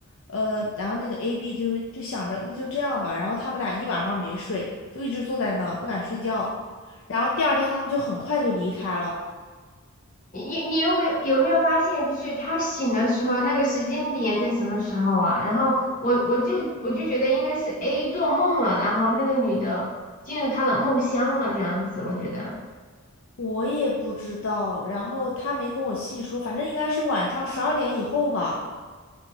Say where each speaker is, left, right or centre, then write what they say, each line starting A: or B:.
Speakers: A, on the left (about 65°); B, on the left (about 40°).
A: 呃，然后那个 AB 就就想着那就这样吧。然后他们俩一晚上没睡，就一直坐在那儿不敢睡觉。然后第二天他们就很快就离开了。
B: 你你有没有有没有发现，就是他醒的时候那个时间点在什么时候啊？然后我我就我就觉得应该是 A 做梦了，然后那个女的进入他的梦乡了，这样子我觉得
A: 我也不知道，然后他没跟我细说，反正应该是晚上十二点以后吧。